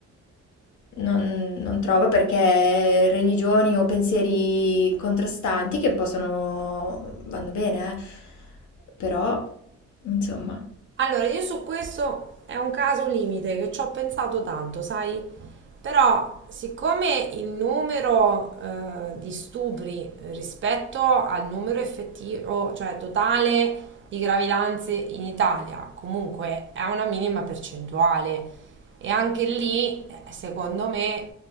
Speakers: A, on the left; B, on the right.
A: non, non trovo perché religioni o pensieri contrastanti che possono, vanno bene, eh, però insomma.
B: Allora, io su questo è un caso limite che ci ho pensato tanto, sai? Però, siccome il numero eh, di stupri rispetto al numero effettivo, cioè totale di gravidanze in Italia, comunque è una minima percentuale e anche lì, eh, secondo me,